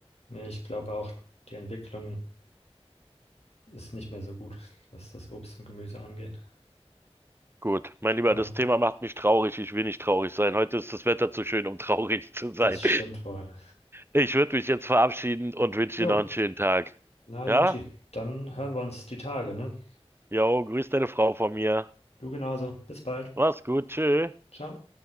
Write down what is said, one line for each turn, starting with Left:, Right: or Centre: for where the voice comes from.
Left: Nee, ich glaube auch, die Entwicklung ist nicht mehr so gut, was das Obst und Gemüse angeht.
Right: Gut, mein Lieber,
Left: Ja,
Right: das Thema macht mich traurig. Ich will nicht traurig sein. Heute ist das Wetter zu schön, um traurig zu sein.
Left: das stimmt wohl.
Right: Ich würde mich jetzt verabschieden und wünsche
Left: Jo.
Right: dir noch einen schönen Tag.
Left: Na,
Right: Ja?
Left: Juti, dann hören wir uns die Tage, ne?
Right: Jo, grüß deine Frau von mir.
Left: Du genauso. Bis bald.
Right: Mach's gut, tschö.
Left: Ciao.